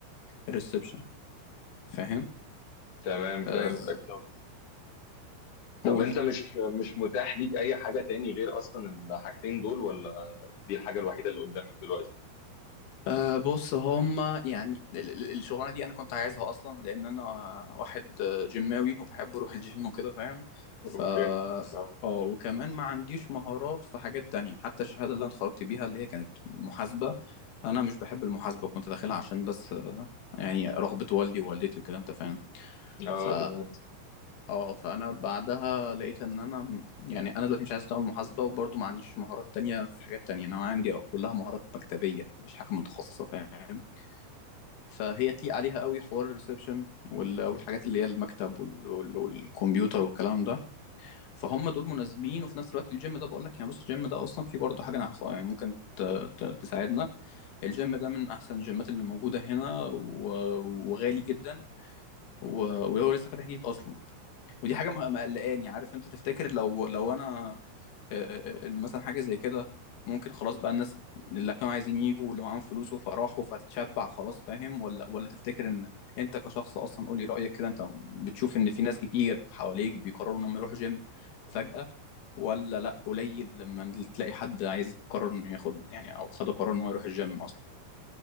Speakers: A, on the left (about 70°); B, on the left (about 50°).
A: الريسبشن فاهم
B: تمام فهمتك
A: آه
B: طب طب
A: قول
B: انت مش مش متاح ليك اي حاجة تاني غير اصلا الحاجتين دول ولا دي الحاجة الوحيدة اللي قدامك دلوقتي
A: أه بص هما يعني ال- ال- الشغلانه دي انا كنت عايزها اصلا لان انا واحد جيماوي وبحب اروح الجيم وكده فاهم
B: <laughs>
A: ف
B: اوكي
A: اه
B: اه
A: وكمان ما عنديش مهارات في حاجات تانية حتى الشهاده اللي انا اتخرجت بيها اللي هي كانت محاسبه انا مش بحب المحاسبه كنت داخلها عشان بس آه، يعني رغبه والدي ووالدتي وكده انت فاهم
B: اه
A: ف
B: تمام
A: اه فانا بعدها لقيت ان انا م- يعني انا دلوقتي مش عايز اشتغل محاسبه وبرضه ما عنديش مهارات تانية في حاجات تانية انا عندي آه، كلها مهارات مكتبيه مفيش حاجه متخصصه فاهم فهي تليق عليها قوي حوار الريسبشن وال- والحاجات اللي هي المكتب وال- وال- والكمبيوتر والكلام ده فهم دول مناسبين وفي نفس الوقت الجيم ده بقول لك يعني بص الجيم ده اصلا فيه برضه حاجه انا هخ- يعني ممكن ت- ت- تساعدنا الجيم ده من احسن الجيمات اللي موجوده هنا و- وغالي جدا و- وهو لسه فاتح جديد اصلا ودي حاجه مه- مقلقاني عارف انت تفتكر لو لو انا آه، آه، ان مثلا حاجه زي كده ممكن خلاص بقى الناس اللي كانوا عايزين يجوا واللي معاهم فلوس فراحوا فتشبع خلاص فاهم ولا ولا تفتكر ان انت كشخص اصلا قولي رايك كده انت بتشوف ان في ناس كتير حواليك بيقرروا انهم يروحوا جيم فجاه ولا لا قليل لما تلاقي حد عايز قرر انه ياخد يعني او خد قرار انه يروح الجيم اصلا